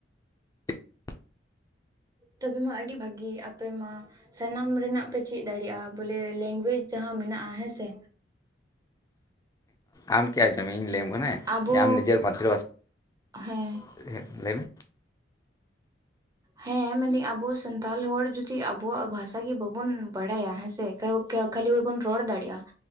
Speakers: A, on the left (about 20°); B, on the right (about 20°).
A: <inaudible>
B: ᱛᱚᱵᱮ ᱢᱟ ᱟᱹᱰᱤ ᱵᱷᱟᱹᱜᱤ ᱟᱯᱮ ᱢᱟ ᱥᱟᱱᱟᱢ ᱨᱮᱱᱟᱜ ᱯᱮ ᱪᱮᱫ ᱫᱟᱲᱮᱭᱟᱜᱼᱟ ᱵᱚᱞᱮ ᱞᱮᱝᱜᱩᱭᱮᱡᱽ ᱡᱟᱦᱟᱸ ᱢᱮᱱᱟᱜᱼᱟ ᱦᱮᱸ ᱥᱮ
A: ᱟᱢ ᱠᱤ ᱟᱡᱸᱡᱚᱢᱮ ᱤᱧ ᱞᱟᱹᱭᱟᱢ ᱠᱟᱱᱟ ᱦᱮᱸ,
B: ᱟᱵᱚ
A: ᱡᱮ ᱟᱢ ᱱᱤᱡᱮᱨ ᱢᱟᱛᱨᱤ ᱵᱷᱟᱥᱟ
B: ᱦᱮᱸ
A: ᱱᱤᱛᱚᱜ ᱜᱮ ᱦᱮᱡᱱᱟ ᱞᱟᱹᱭ ᱢᱮ
B: ᱦᱮᱸ ᱢᱮᱱᱫᱟᱹᱧ ᱟᱵᱚ ᱥᱟᱱᱛᱟᱞ ᱦᱚᱲ ᱡᱩᱚᱫᱤ ᱟᱵᱚᱣᱟᱜ ᱵᱷᱟᱥᱟᱤ ᱵᱟᱵᱩᱱ ᱵᱟᱲᱟᱭᱟ ᱦᱮᱸᱥᱮ ᱦᱮᱸ ᱵᱟᱠᱷᱟᱱ ᱠᱷᱟᱞᱤ ᱵᱚᱱ ᱨᱚᱲ ᱫᱟᱲᱮᱭᱟᱜᱼᱟ